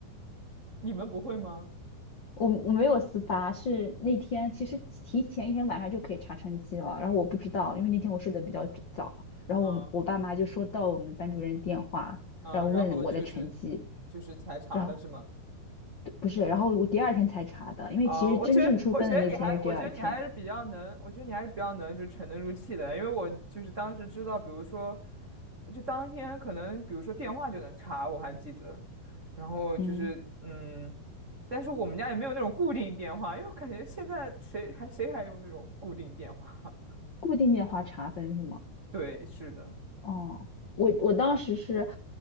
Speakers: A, on the right; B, on the left.
A: 你们不会吗？
B: 我我没有私发，是那天其实提前一天晚上就可以查成绩了，然后我不知道，因为那天我睡得比较早，然后我我爸妈就收到我们班主任电话，
A: 嗯嗯，
B: 然后问我的成绩，
A: 然后就是就是才查的是吗？
B: 然后对不是，然后我第二天才查的，因为其实真正出分的那天是第二天，
A: 哦，我觉得，我觉得你还，我觉得你还是比较能，我觉得你还是比较能，就沉得住气的。因为我就是当时知道，比如说，就当天可能，比如说电话就能查，我还记得。然后就是，
B: 嗯，
A: 嗯，但是我们家也没有那种固定电话，因为我感觉现在谁还谁还用那种固定电话？<laughs>
B: 固定电话查分是吗？
A: 对，是的。
B: 哦，我我当时是